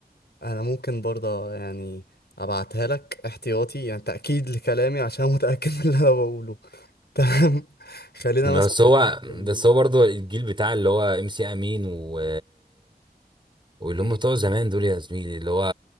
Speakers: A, on the left (about 90°); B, on the right (about 30°).
A: انا ممكن برضه يعني ابعتها لك احتياطي يعني تأكيد لكلامي عشان متأكد من اللي انا بقوله تمام <laughs> خلينا
B: بس
A: مثلا
B: هو
A: نتكلم
B: بس هو برضو الجيل بتاع اللي هو ام سي امين و واللي
A: م-
B: هم بتوع زمان دول يا زميلي اللي هو